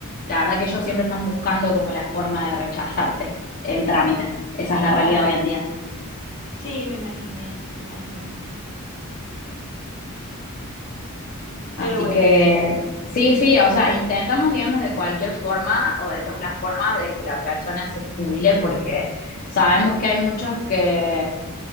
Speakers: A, on the left; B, on the left.
A: La verdad que ellos siempre están buscando como la forma de rechazarte el trámite. Esa es la
B: Claro,
A: realidad hoy en día.
B: sí, me imaginé, me imagino.
A: Así
B: Pero bueno,
A: que
B: sí.
A: sí, sí, o sea, intentamos, digamos, de cualquier forma o de todas las formas de que la persona se jubile porque sabemos que hay muchos que